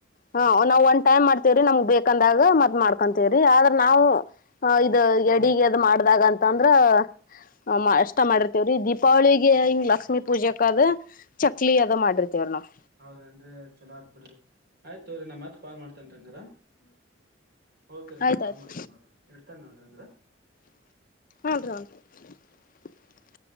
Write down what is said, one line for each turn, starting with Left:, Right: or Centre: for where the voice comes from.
Left: ಹ ನಾವ್ ಒನ್ ಟೈಮ್ ಮಾಡ್ತೇವ್ರಿ ನಮ್ಗ್ ಬೇಕಂದಾಗ ಮತ್ ಮಾಡ್ಕೊತೇವ್ರಿ ಆದ್ರ ನಾವು ಹ ಇದು ಅಡಿಗೆ
Right: ಹೌದ
Left: ಅದ್ ಮಾಡ್ದಾಗ ಅಂತ ಅಂದ್ರೆ ಹ ಅಷ್ಟೇ ಮಾಡಿರ್ತೇವ್ರೀ ದೀಪಾವಳಿಗೆ ಹಿಂಗ್ ಲಕ್ಷ್ಮೀ ಪೂಜೆಕ ಆದ ಚಕ್ಲಿ ಅದ ಮಾಡಿರ್ತೀವ್ರ ನಾವು
Right: ಹೌದೇನ್ರಿ ಚಲೋ ಆತ್ ಬಿಡ್ರಿ ಆಯ್ತ ಹೇಳ್ರೀ ನಾ ಮತ್ ಕಾಲ್ ಮಾಡ್ತೇನ್ ರೀ ಹಂಗರೆ ಓಕೆ ರಪ್ಪಾ
Left: ಆಯ್ತಾಯ್ತು
Right: ಕಾಲ್ ಮಾಡ್ತಾನಿ ನೋಡ್ರಿ ಇಡ್ತಾನ್ ನೋಡ್ರಿ ಅಂಗರೆ
Left: <unintelligible>